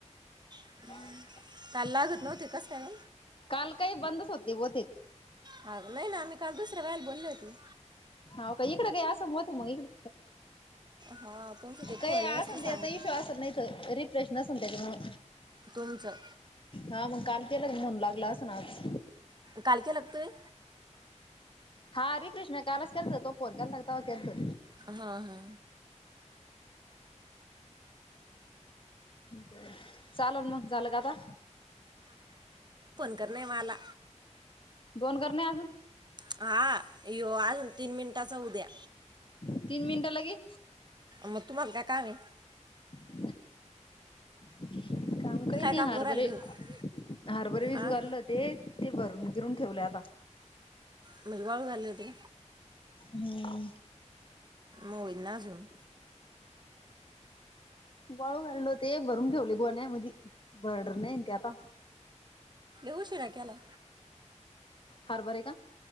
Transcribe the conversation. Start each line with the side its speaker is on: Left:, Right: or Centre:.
Right: हम्म.
Left: हा <unintelligible>
Right: काल लागत नव्हते कसं काय नू?
Left: काल काय बंदच होते होतेत.
Right: ह नाही ना मी काल दुसऱ्या वेळेला बोलले होते.
Left: हाव का इकडं बी असं बोतेक मग इकडं.
Right: हा तुमचं ते
Left: अ
Right: फोन व्यस्त
Left: असन
Right: सांगत
Left: याचा इशू असन नाही त रिफ्रेश नसन त्याच्यामुळं
Right: तुमचं
Left: हा मग काल केलं म्हणून लागलं असं न आज
Right: काल केलं का तुम्ही?
Left: हा रिफ्रेश म्या कालच केलतं तो फोन तेनला तेव् केलतं.
Right: हा हा!
Left: बरं चालल मग झालं का आता?
Right: करणे मला
Left: दोन कर नाही अजून
Right: हा यो आजून तीन मिनिटांचा होउद्या
Left: तीन मिनटं लगे.
Right: मग तुम्हाला काय काम हे.
Left: <inaudible> काम काही
Right: काय
Left: नाही
Right: काम
Left: हारबरे
Right: करू राहिले तुम्ही
Left: हारबरे भीजू
Right: आ
Left: घालेल होते ते भरून गिरून ठेवले आता.
Right: म्हणजे वाळू घालली होती
Left: हूं!
Right: होईल ना अजून.
Left: वाळू घालेल होत. ते भरून ठेवले गोन्यान मधी भरडर नाही ना ते आता.
Right: ऊशीरा केला.
Left: हरबरे का?